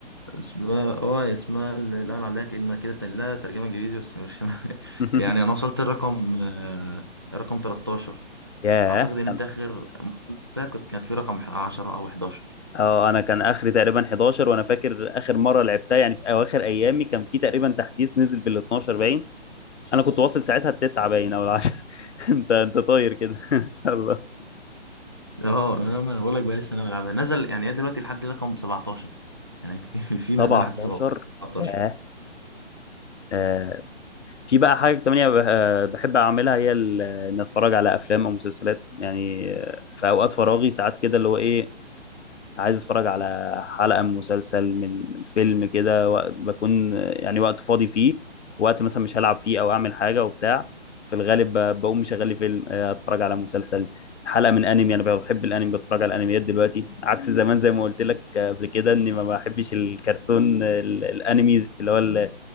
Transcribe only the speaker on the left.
<laughs>
ياه
أنا-
اه انا كان اخري تقريبا 11 وانا فاكر اخر مره لعبتها يعني في اواخر ايامي كان في تقريبا تحديث نزل بال 12 باين انا كنت واصل ساعتها التسعه باين او العشرة <laughs> انت انت طاير كده <laughs> ان شاء الله
17
ياه آه. في بقى حاجه تانية بح- آه، بحب اعملها هي ال- ان اتفرج على افلام او مسلسلات يعني آه، في اوقات فراغي ساعات كده اللي هو ايه عايز اتفرج على حلقة من مسلسل من فيلم كده و- بكون يعني وقت فاضي فيه وقت مثلا مش هلعب فيه او اعمل حاجة وبتاع في الغالب ب- بقوم مشغل لي فيلم آه، اتفرج على مسلسل حلقة من انمي انا بحب الانمي بتفرج على الانميات دلوقتي عكس زمان زي ما قلت لك آه، قبل كده اني ما بحبش الكرتون آه، ال- الانمي اللي هو ال-